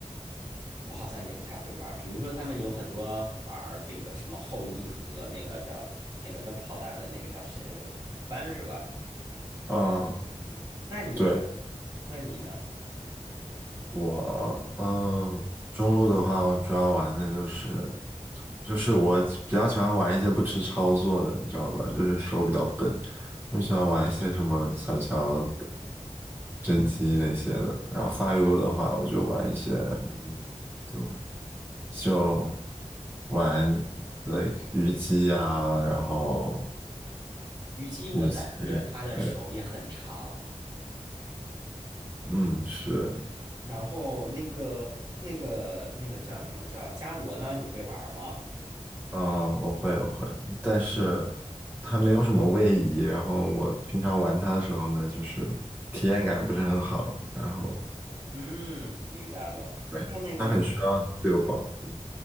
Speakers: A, on the right; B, on the right.
A: 我好像也不太会玩儿。比如说他们有很多玩儿那个什么后羿和那个叫那个扔炮弹的那个叫谁来着，鲁班是吧？
B: 嗯，
A: 那你呢？
B: 对，
A: 那你呢？
B: 我，嗯，中路的话，我主要玩的就是，就是我比较喜欢玩一些不吃操作的，你知道吧？就是手比较笨，我喜欢玩一些什么小乔、甄姬那些的。然后发育路的话，我就玩一些，嗯，怎么就玩 like 虞姬啊，然后
A: 虞姬，我感觉她的手也很长。
B: 虞姬，对，嗯，是。
A: 然后那个那个那个叫什么叫伽罗呢？你会玩儿吗？
B: 嗯，我会我会，但是它没有什么位移，然后我平常玩它的时候呢，就是体验感不是很好，然后
A: 嗯，明白了。
B: 对，
A: 那那个
B: 它很需要队友保护。